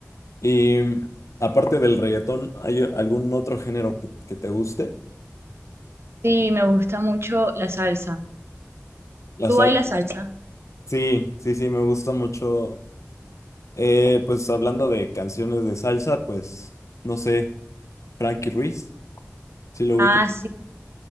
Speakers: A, on the left; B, on the right.
A: Y mm, aparte del reggaetón, ¿hay algún otro género que, que te guste?
B: Sí, me gusta mucho la salsa.
A: La
B: ¿Tú
A: salsa.
B: bailas salsa?
A: Sí, sí, sí, me gusta mucho. Eh, pues hablando de canciones de salsa, pues no sé, Frankie Ruiz, sí lo
B: Ah,
A: ubica.
B: sí.